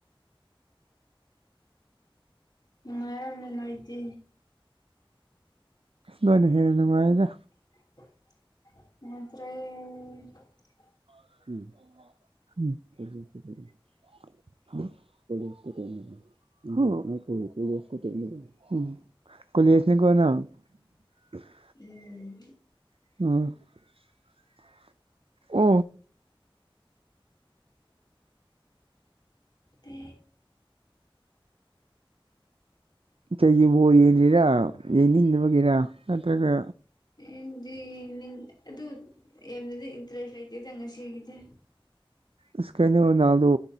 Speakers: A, on the left; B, on the right.
A: ꯅꯨꯪꯉꯥꯏꯉꯔꯝꯅꯤ ꯑꯣꯏꯗꯤ
B: ꯅꯣꯏꯅꯥ ꯍꯦꯟꯅꯦ ꯅꯨꯡꯉꯥꯏꯗ
A: ꯅꯨꯡꯉꯥꯏꯇꯔ꯭ꯦ
B: ꯎꯝ ꯎꯝꯇ ꯀ ꯀꯨꯂꯁꯅꯦ ꯀꯣꯅ <unintelligible> <unintelligible>
A: ꯎꯝ
B: ꯑ ꯎ
A: ꯇ
B: ꯀꯩꯒꯤꯕꯨꯣ ꯌꯦꯡꯜꯂꯤꯔꯥ ꯌꯦꯡꯅꯤꯡꯗꯕꯒꯤꯔꯥ ꯅꯠꯇ꯭ꯔꯒ
A: ꯏꯗꯤ ꯑꯗꯨ ꯑꯗꯨ ꯌꯦꯗꯤ ꯏꯟꯇ꯭ꯔꯦꯁ ꯑꯇꯗꯪꯁꯤꯒꯗꯦ
B: ꯏꯁꯀꯦꯅꯤꯅ ꯑꯗꯨ